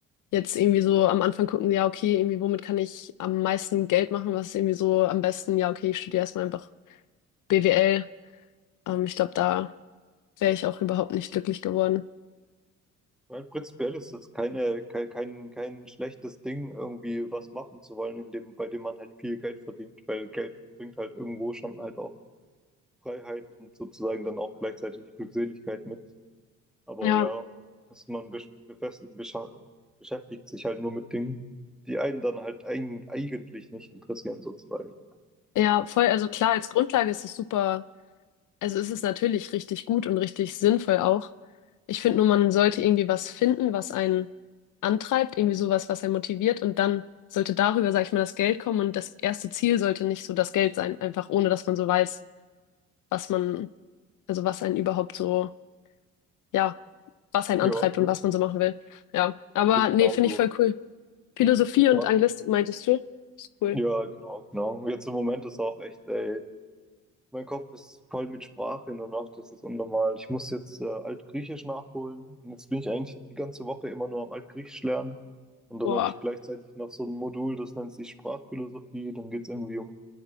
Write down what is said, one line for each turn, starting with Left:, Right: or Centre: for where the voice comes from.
Left: jetzt irgendwie so am Anfang gucken, ja, okay, irgendwie, womit kann ich am meisten Geld machen, was ist irgendwie so am besten, ja, okay, ich studiere erstmal einfach BWL. Ähm, ich glaube, da wäre ich auch überhaupt nicht glücklich geworden.
Centre: Weil prinzipiell ist das keine, kein, kein, kein schlechtes Ding, irgendwie was machen zu wollen, in dem, bei dem man halt viel Geld verdient, weil Geld bringt halt irgendwo schon halt auch Freiheit und sozusagen dann auch gleichzeitig Glückseligkeit mit. Aber
Left: Ja.
Centre: ja, dass man besch- befest- bescha- beschäftigt sich halt nur mit Dingen, die einen dann halt eig- eigentlich nicht interessieren, sozusagen.
Left: Ja, voll, also klar, als Grundlage ist es super, also ist es natürlich richtig gut und richtig sinnvoll auch. Ich finde nur, man sollte irgendwie was finden, was einen antreibt, irgendwie sowas, was einen motiviert und dann sollte darüber, sag ich mal, das Geld kommen und das erste Ziel sollte nicht so das Geld sein, einfach ohne, dass man so weiß, was man, also was einen überhaupt so, ja, was einen
Centre: Ja,
Left: antreibt und was man so machen will. Ja, aber
Centre: nicht
Left: nee,
Centre: genauso.
Left: finde ich voll cool. Philosophie und
Centre: Was
Left: Anglistik meintest du? Ist cool.
Centre: Ja, genau, genau. Jetzt im Moment ist auch echt, ey, mein Kopf ist voll mit Sprache hin und nach, das ist unnormal. Ich muss jetzt äh, Altgriechisch nachholen. Und jetzt bin ich eigentlich die ganze Woche immer nur am Altgriechisch lernen. Und dann
Left: Boah,
Centre: habe ich gleichzeitig noch so ein Modul, das nennt sich Sprachphilosophie. Dann geht es irgendwie um